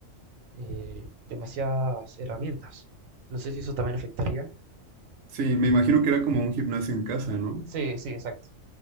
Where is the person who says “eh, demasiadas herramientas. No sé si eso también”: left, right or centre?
Right